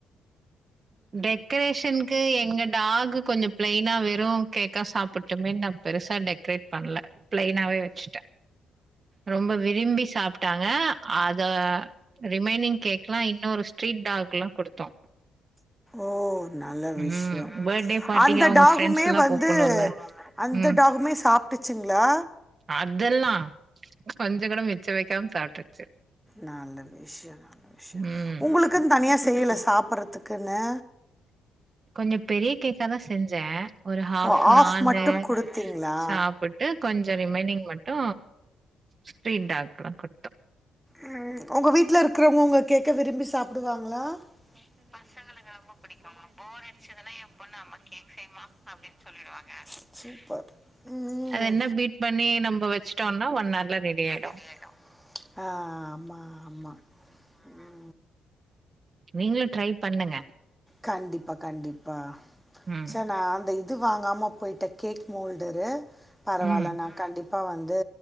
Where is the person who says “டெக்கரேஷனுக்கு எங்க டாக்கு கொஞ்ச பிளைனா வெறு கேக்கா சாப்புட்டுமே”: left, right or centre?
Right